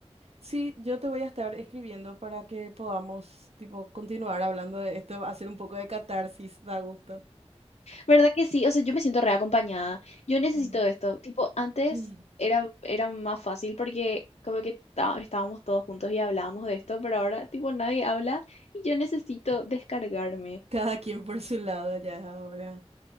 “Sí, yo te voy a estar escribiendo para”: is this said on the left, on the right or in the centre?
Right